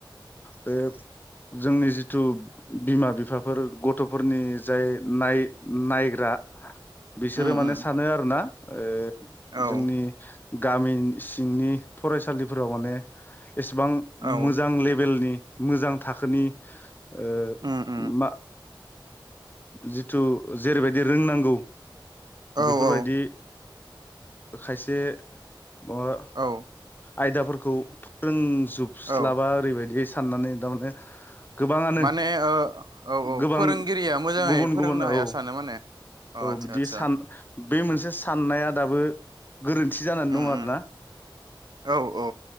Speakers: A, on the left; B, on the right.
A: बे जोंनि जिथु बिमा बिफाफोर गथ'फोरनि जाय नाय-नायग्रा। बिसोरो
B: उम
A: माने
B: उम
A: सानो आरो ना। ओ।
B: औ
A: जोंनि। गामिन सिंनि फरायसालिफोराव माने। एसेबां
B: औ
A: मो जां लेभेलनि मोजां थाखोनि। ओ
B: उम उम
A: मा जिथु जेरैबायदि रोंनांगौ
B: औ
A: बेफोरबायदि
B: औ
A: खायसे माबा
B: औ
A: आयदाफोरखौ फोरोंजोब स्लाबाओरैबायदि
B: औ
A: साननानै थारमाने गोबाङानो
B: माने ओ औ औ
A: गोबां
B: फोरोंगिरिया मोजाङै
A: गुबुन
B: फोरोंनो
A: गुबुन औ
B: हाया सानो माने अ
A: औ
B: आदसा
A: बिदि
B: आदसा
A: सान बे मोनसे साननाया दाबो गोरोन्थि जानानै
B: उम
A: दं आरो
B: उम
A: ना
B: औ औ